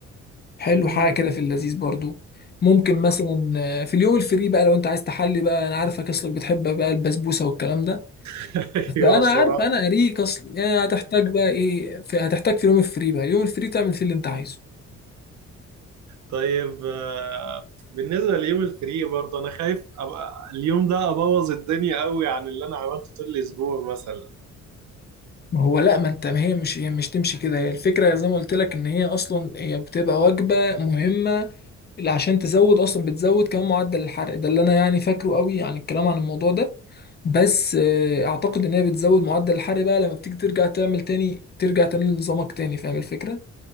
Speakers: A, on the left (about 35°); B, on the right (about 70°).
A: حلو
B: امم
A: حاجه كده في اللذيذ برضو ممكن مثلا آه، في اليوم الفري بقى لو انت عايز تحلي بقى انا عارفك اصلك بتحب بقى البسبوسه والكلام ده
B: <laughs> ايوه
A: فانا
B: بصراحه
A: عارف انا قريك اصلا يعني هتحتاج بقى ايه في هتحتاج في اليوم الفري بقى اليوم الفري تعمل فيه اللي انت عايزه
B: طيب آه، بالنسبه ليوم الفري برضه انا خايف ابقى اليوم ده ابوظ الدنيا قوي عن اللي انا عملته طول الاسبوع مثلا
A: ما هو لا ما انت ما هي مش هي مش تمشي كده هي الفكره زي ما قلت لك ان هي اصلا هي بتبقى وجبه مهمه اللي عشان تزود اصلا بتزود كمان معدل الحرق ده اللي انا يعني فاكره قوي يعني الكلام عن الموضوع ده بس آه، اعتقد ان هي بتزود معدل الحرق بقى لما بتيجي ترجع تعمل تاني ترجع تاني لنظامك تاني فاهم الفكرة